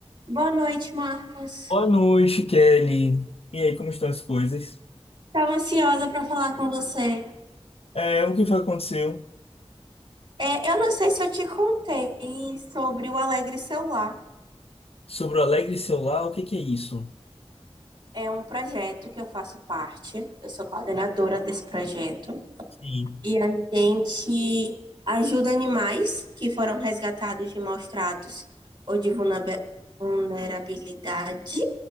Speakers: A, on the right; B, on the left.
A: Boa noite, Marcos.
B: Boa noite, Kelly. E aí, como estão as coisas?
A: Estava ansiosa para falar com você.
B: É, o que foi que aconteceu?
A: É, eu não sei se eu te contei sobre o Alegre Celular.
B: Sobre o Alegre Celular, o que que é isso?
A: É um projeto que eu faço parte. Eu sou coordenadora desse projeto.
B: Sim.
A: E a gente ajuda animais que foram resgatados de maus tratos ou de vulnerabe- vulnerabilidade